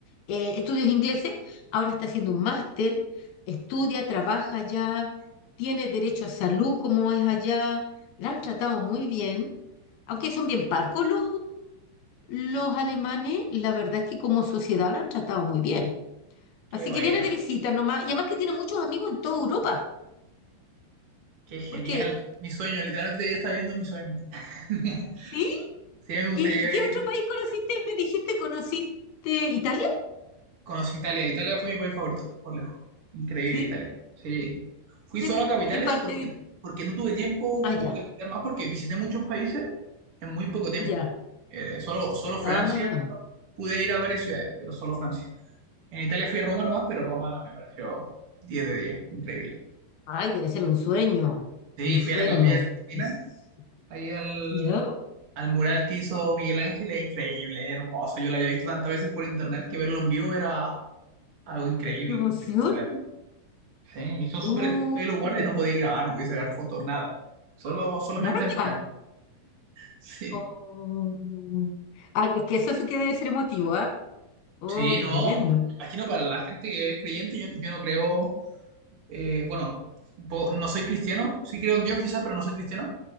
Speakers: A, on the left; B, on the right.
A: eh, estudios ingleses, ahora está haciendo un máster, estudia, trabaja allá, tiene derecho a salud como es allá, la han tratado muy bien, aunque son bien parcos los, los alemanes, la verdad es que como sociedad la han tratado muy bien.
B: Qué
A: Así
B: bueno,
A: que viene de visita nomás. Y además que tiene muchos amigos en toda Europa.
B: qué genial.
A: Porque,
B: Mi sueño, literalmente ella está viendo mi sueño. <laughs>
A: ¿sí?
B: Sí, a mí me gustaría
A: ¿Y, y qué
B: vivir.
A: otro país conociste? Me dijiste, ¿conociste Italia?
B: Conocí Italia. Italia fue mi país favorito, por lejos. Increíble
A: ¿Sí?
B: Italia. Sí. Fui
A: ¿Qué,
B: solo a capitales
A: qué parte?
B: porque,
A: de-
B: porque no tuve tiempo
A: Ah,
B: como
A: ya,
B: de visitar más, porque visité muchos países en muy poco tiempo.
A: ya.
B: Eh, solo, solo Francia,
A: Ah,
B: pude ir a varias ciudades, pero solo Francia. En Italia fui a Roma nomás, pero Roma me pareció 10 de 10, increíble.
A: ay, debe ser un sueño.
B: Sí,
A: Un
B: fui
A: sueño.
B: a la capilla de Sixtina,
A: Pues,
B: ahí al,
A: ¿Ya?
B: al mural que hizo Miguel Ángel, es increíble, es hermoso. Yo lo había visto tantas veces por internet que verlo en vivo era algo increíble,
A: ¡Qué emoción!
B: espectacular. Sí, y son
A: Uy,
B: súper estrictos ahí los guardias, no podéis grabar, no podéis sacar fotos, nada. Solo, solamente
A: nada.
B: admirar. <laughs> Sí.
A: Oh. Ay, es que eso sí que debe ser emotivo, ¿ah? Oh,
B: Sí, no.
A: qué tremendo.
B: Me imagino para la gente que es creyente, yo, yo no creo, eh, bueno, un poco- no soy cristiano, sí creo en Dios quizás, pero no soy cristiano.